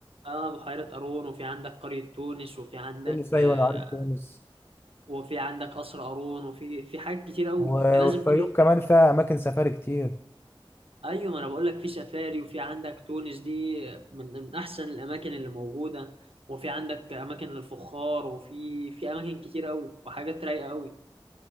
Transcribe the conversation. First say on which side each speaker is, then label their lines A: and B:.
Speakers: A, on the right; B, on the left.
A: اه بحيرة قارون وفي عندك قرية تونس وفي عندك
B: تونس ايوه
A: آه
B: انا عارف تونس
A: وفي عندك قصر قارون وفي في حاجات كتير قوي
B: و-
A: انت لازم
B: والفيوم
A: تيجي
B: كمان فيها اماكن سفاري كتير ان
A: ايوه ما انا بقول لك في سفاري وفي عندك تونس دي من من احسن الاماكن اللي موجوده وفي عندك اماكن للفخار وفي في اماكن كتير قوي وحاجات رايقه قوي